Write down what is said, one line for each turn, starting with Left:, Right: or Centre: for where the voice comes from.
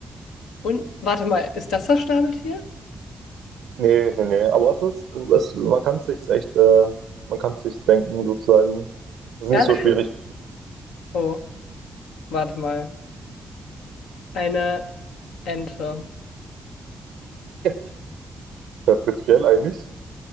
Left: Und, warte mal, ist das das Schnabeltier?
Right: Nee, nee, nee. Aber es ist, es, man kann es sich echt, äh, man kann es sich denken, sozusagen. Das ist
Left: Ehrlich?
Right: nicht so schwierig.
Left: Oh, warte mal. Eine Ente.
Right: <laughs> Ja, prinzipiell eigentlich.